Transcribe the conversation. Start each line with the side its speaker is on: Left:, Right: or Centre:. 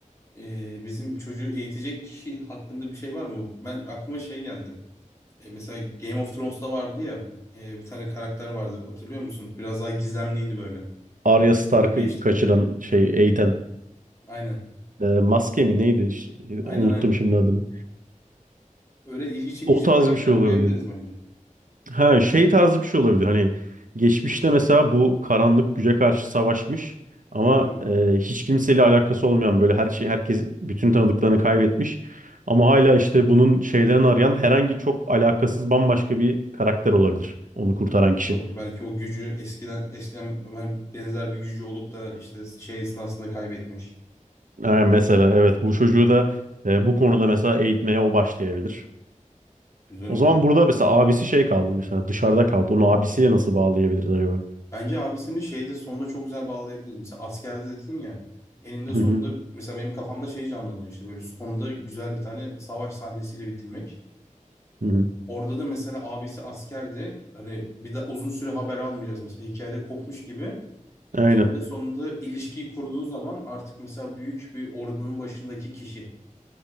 Left: E, bizim çocuğu eğitecek kişi hakkında bir şey var mı? Ben aklıma şey geldi. E, mesela Game of Thrones'ta vardı ya e, bir tane karakter vardı hatırlıyor musun? Biraz daha gizemliydi böyle.
Right: Arya Stark'ı
Left: Kılık değiştirebiliyordu.
Right: kaçıran şey Eiten.
Left: Aynen.
Right: E, maske mi neydi? Ş-
Left: Aynen
Right: Unuttum
Left: aynen.
Right: şimdi adını.
Left: Öyle ilgi çekici
Right: O tarz
Left: bir karakter
Right: bir şey olabilir.
Left: koyabiliriz bence.
Right: Ha şey tarzı bir şey olabilir. Hani geçmişte mesela bu karanlık güce karşı savaşmış ama
Left: Hı hı.
Right: e, hiç kimseyle alakası olmayan böyle her şey herkes bütün tanıdıklarını kaybetmiş. Ama hala işte bunun şeylerini arayan herhangi çok alakasız bambaşka bir karakter olabilir. Onu kurtaran kişi.
Left: Olur. Belki o gücü eskiden eskiden hani benzer bir gücü olup da işte şey esnasında kaybetmiş.
Right: Ha, mesela evet bu çocuğu da e, bu konuda mesela eğitmeye o başlayabilir.
Left: Güzel
Right: O
Left: oldu.
Right: zaman burada mesela abisi şey kaldı mesela dışarıda kaldı. Onu abisiyle nasıl bağlayabiliriz acaba?
Left: Bence abisini şeyde sonunda çok güzel bağlayabiliriz. Mesela askerde dedin ya eninde
Right: Hı
Left: sonunda
Right: hı,
Left: mesela benim kafamda şey canlanıyor işte böyle sonda güzel bir tane savaş sahnesiyle bitirmek.
Right: hı hı.
Left: Orada da mesela abisi askerdi. Hani bir de uzun süre haber almayacağız mesela hikayede kopmuş gibi.
Right: Aynen.
Left: Eninde sonunda ilişkiyi kurduğu zaman artık mesela büyük bir ordunun başındaki kişi.